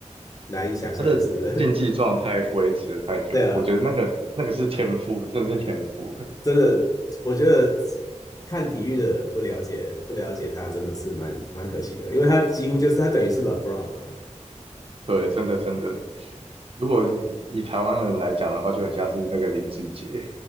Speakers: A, on the left; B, on the right.
A: 难以想象的事。
B: 他的竞技状态维持得太久，
A: <laughs> 对啊，
B: 我觉得那个那个是天赋，真的是天赋欸
A: 真的，我觉得看体育的人不了解不了解他，真的是蛮蛮可惜的，因为他几乎就是他等于是 LeBron 嘛，
B: 对，真的真的，如果以台湾人来讲的话，就很像是那个林志杰，